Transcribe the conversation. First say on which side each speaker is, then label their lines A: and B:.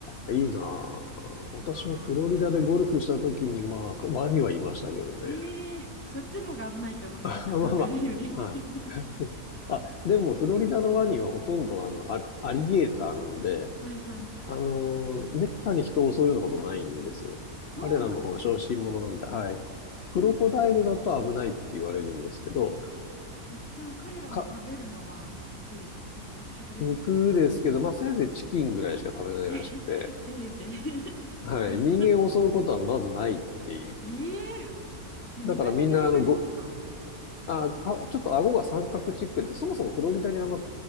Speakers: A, on the left; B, on the left.
A: へえ、いいなあ私もフロリダでゴルフした時に、
B: そう。
A: まあ、ワニはいましたけどね。
B: ええーそっちの方が危ないと思いますよ、
A: <laughs> まあまあ、
B: カンガルーより。
A: はい。
B: <laughs>
A: <laughs> あ、でもフロリダのワニはほとんどあの、アリアリゲーターなんで、
B: はいはいはい。
A: あの、めったに人を襲うようなことないんですよ。
B: そうなんですか。
A: 彼らの方が小心者なんで、はい。クロコダイルだと危ないって言われるんですけど、
B: でも、え、でも彼らも食べるのは肉ですよね。
A: か、
B: 肉食ですよね。
A: 肉ですけど、まあせいぜいチキンぐらいしか食べないらしくて、
B: せ、<laughs> せいぜい <laughs>。ちげえ。
A: はい。人間を襲うことはまずないっていう。
B: えええ見た目でわかりますか
A: だからみんな、あの、ご、あ、か、ちょっと顎が三角チックで、そもそもフロリダにあんま